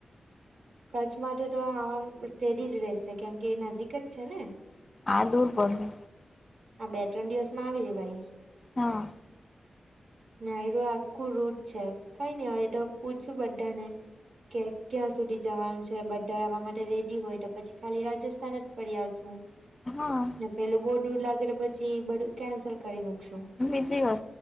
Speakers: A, on the right (about 70°); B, on the left (about 35°).
A: કચ્છ માટે તો આવામા ટ્રેડી જ રહેશે કેમ કે નજીક જ છે ને
B: આ દૂર પડે
A: આ બે ત્રણ દિવસમાં આવી રેવાય.
B: હા.
A: ને હવે આખું રૂટ છે કઈની હવે એ તો પૂછશું બધાને કે ક્યાં સુધી જવાનું છે બધા આવવા માટે રેડી હોય તો પછી ખાલી રાજ તાન જ ફરી આવશું
B: હા
A: <inaudible> પેલું બો દૂર લાગે તો પછી બધું કેન્સલ કરી નાખશું.
B: બીજી હો